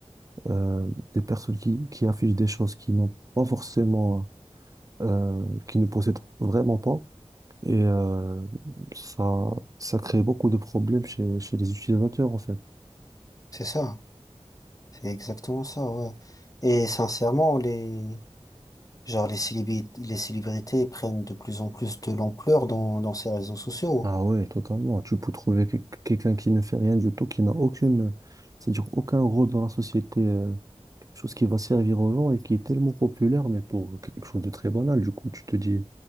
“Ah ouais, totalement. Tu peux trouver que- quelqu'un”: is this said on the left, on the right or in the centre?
Right